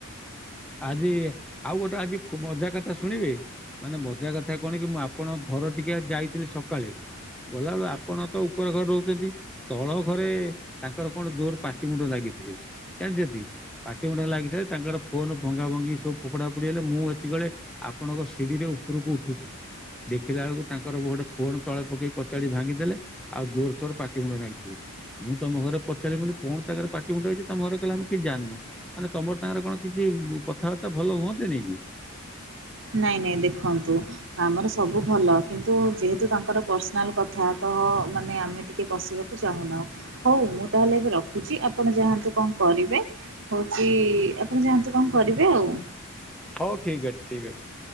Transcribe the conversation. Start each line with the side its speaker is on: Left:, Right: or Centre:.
Centre: ଆଜି ଆଉ ଗୋଟେ ଆଜି ମଜା କଥା ଶୁଣିବେ ମାନେ ମଜା କଥା କଣ କି ମୁଁ ଆପଣ ଘର ଟିକେ ଯାଇଥିଲି ସକାଳେ ଗଲାବେଳୁ ଆପଣ ତ ଉପର ଘରେ ରହୁଛନ୍ତି। ତଳ ଘରେ ତାଙ୍କର କଣ ଜୋର ପାଟି ମୁଣ୍ଡ ଲାଗିଥିଲେ। ଜାଣିଛନ୍ତି ପାଟି ମୁୁଣ୍ଡ ଲାଗିଥିଲେ ତାଙ୍କର ଫୋନ ଭଙ୍ଗା ଭଙ୍ଗି ସବୁ ଫୋପଡା ଫୋପଡି ହେଲେ ମୁଁ ଏତିକିବେଳେ ଆପଣଙ୍କ ସିଡିିରେ ଉପରକୁ ଉଠୁଥିଲି। ଦେଖିଲା ବେଳକୁ ତାଙ୍କର ଗୋଟେ ଫୋନ ତଳେ ପକେଇ କଚାଡି ଭାଙ୍ଗିଦେଲେ। ଆଉ ଜୋରସୋର ପାଟି ମୁୁଣ୍ଡ ଲାଗିଥିଲେ। ମୁଁ ତମ ଘରେ ପଚାରି ବୋଲି କଣ ତାଙ୍କର ପାଟି ମୁଣ୍ଡ ହୋଇଛି ତମ ଘରେ କହିଲ ଆମେ କିଛି ଜାଣିନୁ ମାନେ ତମର ତାଙ୍କର କଣ କିଛି କଥାବାର୍ତ୍ତା ଭଲ ହୁଅନ୍ତ ନିକି
Right: ନାଇଁ ନାଇଁ ଦେଖନ୍ତୁ ଆମର ସବୁ ଭଲ କିନ୍ତୁ ଯେହେତୁ ତାଙ୍କର ପର୍ସନାଲ୍ କଥା ତ ମାନେ ଆମେ ଟିକେ ପଷିବାକୁ ଚାହୁଁନାହୁଁ ହଉ ମୁଁ ତାହେଲେ ଏବେ ରଖ ରଖୁଛି ଆପଣ ଯାଆନ୍ତୁ କଣ କରିବେ ହଉଛି ଆପଣ ଯାଆନ୍ତୁ କଣ କରିବେ ଆଉ
Centre: ହଉ ଠିକ ଅଛି ଠିକ ଅଛି <inaudible>